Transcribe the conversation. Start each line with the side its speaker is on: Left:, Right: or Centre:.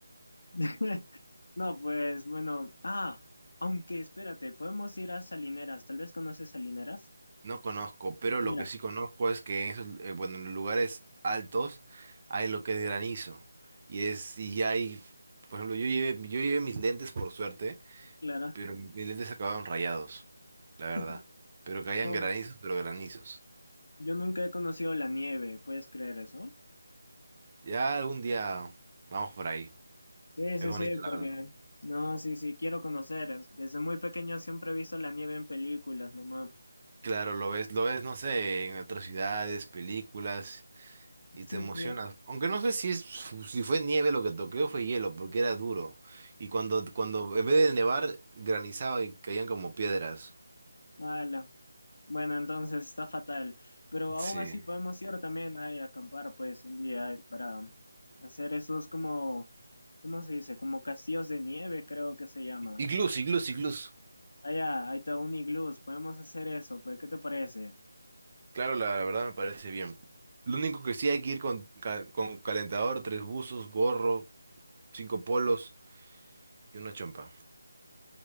Left: <laughs> No, pues bueno, ah, aunque espérate, podemos ir a Salineras, tal vez conoces Salineras.
Right: No conozco, pero
Left: Mira,
Right: lo que sí conozco es que en esos, eh, bueno, en los lugares altos hay lo que es granizo. Y es, y ya hay, por ejemplo, yo llevé, yo llevé mis lentes por suerte.
Left: Clara,
Right: Pero mis lentes acabaron rayados, la verdad.
Left: <laughs>
Right: Pero caían
Left: no,
Right: granizos, pero granizos.
Left: yo nunca he conocido la nieve, ¿puedes creer eso?
Right: Ya algún día vamos por ahí.
Left: Sí,
Right: Es
Left: sí,
Right: bonito,
Left: sí,
Right: la
Left: porque...
Right: verdad.
Left: No, sí, sí, quiero conocer. es- Desde muy pequeño siempre he visto la nieve en películas, nomás.
Right: Claro, lo ves, lo ves, no sé, en otras ciudades, películas, y
Left: Sí,
Right: te emocionas.
Left: pues,
Right: Aunque no sé si es, si fue nieve lo que toqué o fue hielo, porque era duro. Y cuando, cuando en vez de nevar, granizaba y caían como piedras.
Left: ala. Bueno, entonces está fatal. Pero aún
Right: Sí.
Left: así podemos ir también ahí a acampar, pues, un día ahí para hacer esos como, ¿cómo se dice? Como castillos de nieve, creo que se llama.
Right: Iglús, iglús, iglús.
Left: Allá, ahí está Uniglus, podemos hacer eso, pues, ¿qué te parece?
Right: Claro, la, la verdad me parece bien. Lo único que sí hay que ir con, ca- con calentador, tres buzos, gorro, cinco polos y una chompa.